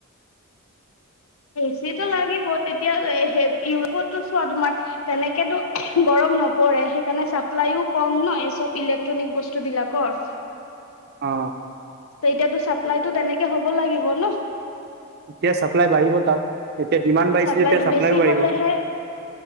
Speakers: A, on the left; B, on the right.
A: এচিটো লাগিবই তেতিয়া সেই ইউৰোপতো চোৱা তোমাৰ তেনেকেতো গৰম নপৰে সেইকাৰণে চাপ্লাইও কম নহ এই চব ইলেক্ট্ৰনিক বস্তুবিলাকৰ।
B: অ
A: এতিয়াতো চাপ্লাইতটো তেনেকে হব লাগিব ন'।
B: এতিয়া চাপ্লাই বাঢ়িব তাত যেতিয়া ডিমাণ্ড বাঢ়িছে
A: চাপ্লাইটো
B: যেতিয়া চাপ্লাইও
A: বেছি
B: বাঢ়িব।
A: হলেহে